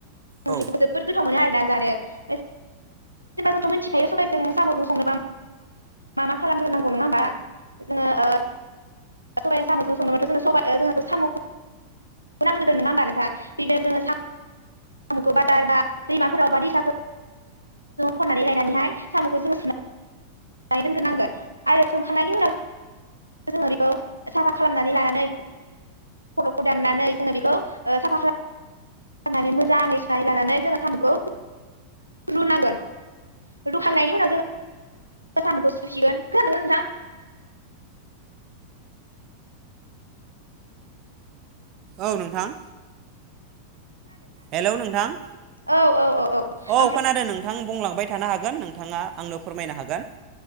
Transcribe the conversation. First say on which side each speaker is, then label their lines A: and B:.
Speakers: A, on the right (about 90°); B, on the right (about 35°).
A: संख्रिखौबो
B: औ
A: जोबोद गोथाव मोनो आरोना जानो जेनबा जोंथ' मिथिखायो सबायजों साम'जों संनोबा मा मा खालामग्रोनांगौ नङा होमबा जोङो <inaudible> सामखौ बादारबा दैमाफोरावबा दैसाफोर खननानै लायनानैहाय साम'खौ जों सनानै दोनग्रोनांगोन आरो सोंखांनायनि उनाव जोंङो बेखौ साफा खालामनानै लानानै खर'खौ दाननानै जोङो बेखौ साफा खाला फाननानै मोजाङै सुनाय लानानै जोंङो सामुखौ रुनांगोन रुखांनायनि उनाव जों गोसामखौ सुसिगोनोन खोनादोंना नोंथां
B: औ नोंथां हेलौ नोंथां
A: औ औ औ
B: औ
A: ओमफ्राय
B: खोनादों नों नोंथां बुंलांबाय थानो हागोन नोंथाङा आंनो फोरमायनो हागोन।